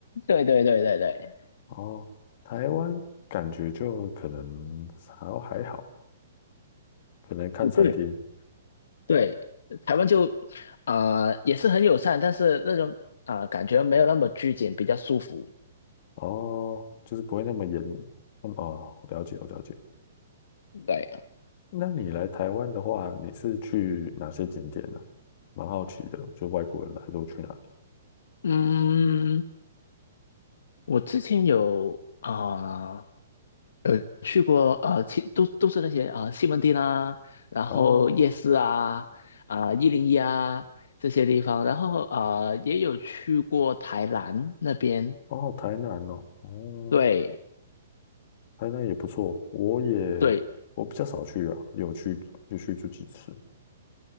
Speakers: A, on the left; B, on the left.
A: 对对对对对，
B: 哦，台湾感觉就可能还还好，可能看餐厅
A: 不对对，台湾就啊、呃也是很友善，但是那种啊、呃感觉没有那么拘谨，比较舒服，
B: 哦，就是不会那么严。那么哦，我了解，我了解。
A: 对，
B: 那你来台湾的话，你是去哪些景点呢、蛮好奇的，就外国人来都去哪里？
A: 嗯。我之前有啊、呃有去过呃，其都都是那些啊、呃西门町啊，然后夜市啊，
B: 哦
A: 啊一零一啊这些地方，然后呃也有去过台南那边，
B: 哦，台南哦，哦，
A: 对
B: 台南也不错，我也我比较少去啊，
A: 对，
B: 有去有去就几次